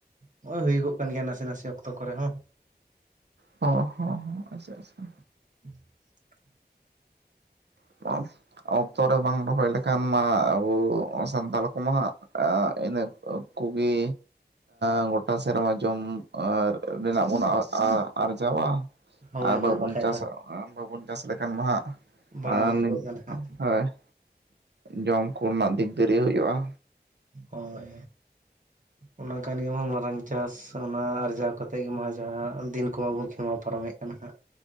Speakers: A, on the right; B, on the right.
A: ᱱᱚᱜ ᱚᱭ ᱦᱩᱭ ᱜᱚᱜ ᱠᱟᱱ ᱜᱮᱭᱟ ᱱᱟᱥᱮᱹ ᱱᱟᱥᱮᱹ ᱚᱠᱛᱚ ᱠᱚᱨᱮ ᱦᱚᱸ
B: ᱦᱚᱸ ᱦᱚᱸ ᱦᱚᱸ ᱟᱪᱪᱷᱟ ᱟᱪᱪᱷᱟ
A: <unintelligible>
B: <unintelligible> ᱚᱠᱛᱚ ᱨᱮ ᱵᱟᱝ ᱨᱚᱦᱚᱭ ᱞᱮᱠᱷᱟᱱ ᱢᱟ ᱟᱵᱚ ᱥᱟᱱᱛᱟᱞ ᱠᱚᱢᱟ ᱦᱟᱸᱜ ᱟᱸᱻ ᱤᱱᱟᱹ ᱚᱠ ᱠᱚᱜᱤ ᱮᱣ ᱜᱚᱴᱟ ᱥᱮᱨᱢᱟ ᱡᱚᱢ ᱟᱨ ᱨᱮᱱᱟᱜ ᱵᱚᱱ ᱟ ᱟ ᱟᱨᱡᱟᱣᱟ?
A: ᱦᱳᱭ
B: ᱟ ᱵᱟᱵᱚᱱ
A: ᱦᱳᱭ ᱵᱟᱠᱷᱟᱡ
B: ᱪᱟᱥ,
A: ᱫᱚ
B: ᱟ ᱵᱟᱵᱚᱱ ᱪᱟᱥ ᱞᱮᱠᱷᱟᱱ ᱢᱟ ᱦᱟᱜ᱾
A: ᱵᱟᱝ
B: ᱟ
A: ᱦᱩᱭᱩᱜᱚᱜ
B: <unintelligible>
A: ᱠᱟᱱᱟ ᱦᱟᱸᱜ
B: ᱡᱚᱢ ᱠᱚᱱᱟᱜ ᱫᱤᱠ ᱫᱟᱹᱨᱤᱭᱟᱹ ᱦᱩᱭᱩᱜᱼᱟ
A: ᱦᱳᱭ ᱚᱱᱟ ᱜᱮ ᱠᱟᱱ ᱜᱮᱢᱟ ᱢᱟᱨᱟᱝ ᱪᱟᱥ ᱚᱱᱟ ᱟᱨᱡᱟᱣ ᱠᱟᱛᱮᱫ ᱜᱮᱢᱟ ᱡᱟᱦᱟ ᱫᱤᱱ ᱠᱚᱢᱟ ᱵᱚᱱ ᱠᱷᱮᱢᱟᱣ ᱯᱟᱨᱚᱢᱮᱫ ᱠᱟᱱᱟ ᱦᱟᱸᱜ᱾